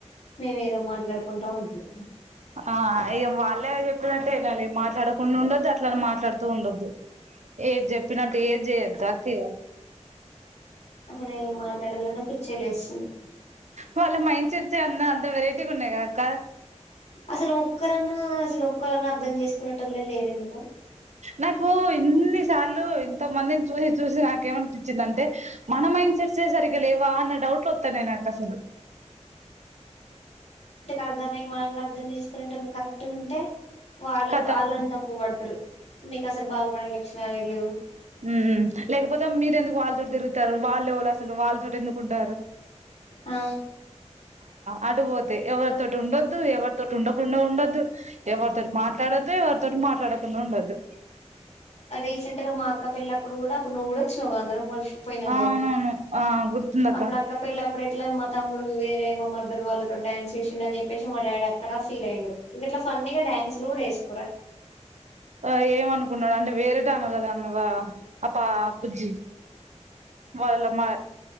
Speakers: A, on the left (about 65°); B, on the right (about 70°).
A: మేము ఏదో మాట్లాడుకుంటాం అంటారు.
B: ఆ ఇగా వాళ్ళే చెప్పినట్టే వినాలి మాట్లాడకుండా ఉండద్దు, అట్లనే మాట్లాడుతూ ఉండొద్దు,
A: <unintelligible>
B: ఏది చెప్పినట్టు ఏది చేయొద్దా అక్క ఇగా
A: అసలేం మాట్లాడలన పిచ్చిలేస్తుంది.
B: వాళ్ళ మైండ్ సెట్స్ అంత, అంత వెరైటీగా ఉన్నాయి కదా అక్క
A: అసలు ఒక్కరన్నా అసలు ఒక్కరన్నా అర్ధం చేసుకునేటోలే లేరు ఎందుకు,
B: నాకు ఇన్ని సార్లు ఇంతమందిని చూసి చూసి నాకేమనిపించిందంటే మనం మైండ్ సెట్స్ సే సరిగలేవా అన్న డౌట్లు వాతనై నాకు అసలు,
A: అర్ధం అయ్యి మనల్ని అర్థం చేసుకునేటళ్లు కరెక్ట్ గా ఉంటే, ఓ అల్
B: కతం
A: అళ్ళని తప్పు బడుతారు, మీకు అసలు బాగుపడే లక్షణాలే లేవు
B: ఉ లేకపోతే మీరు ఎందుకు వాళ్ళతో తిరుగుతారు, వాళ్ళు ఎవళ్ళు అసలు వాళ్ళతో ఎందుకు ఉంటారు.
A: ఆ
B: అటుపోతే ఎవరితోటి ఉండొదు, ఎవరితోటి ఉండకుండా ఉండొద్దు ఎవరితో ఎవరితో మాట్లాడొద్దు ఎవరితో మాట్లాడకుండా ఉండోదు.
A: రీసెంట్ గా మా అక్క పెళ్లిప్పుడు కూడా అప్పుడు నువ్వు కూడా వచ్చినావు కదా కలిసి పోయిన్నాం
B: ఆ
A: కదా
B: అవునవును ఆ గుర్తుందక్క
A: అప్పుడు అక్క పెళ్లి అప్పుడు ఎట్లైనా తమ్ముడు వేరే మా మరదలు వాళ్ళతో డాన్స్ చేసిండ, అని చెప్పసి మా డాడీ అక్కడ ఫీల్ అయ్యిండు, గిట్లా ఫన్నీ గా డాన్స్ లో కూడా వేసుకోర
B: వాళ్ళు ఎంఅనుకునారంటే వేరేటమా కదా అన్ని ఉన్నదా పాప బుజ్జి వాళమా